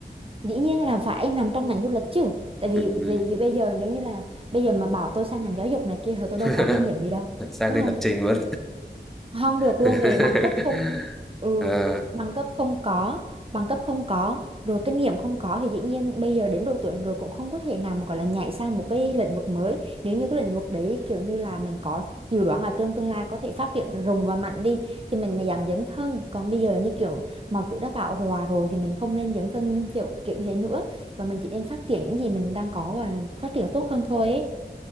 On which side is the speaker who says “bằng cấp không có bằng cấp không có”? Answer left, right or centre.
Right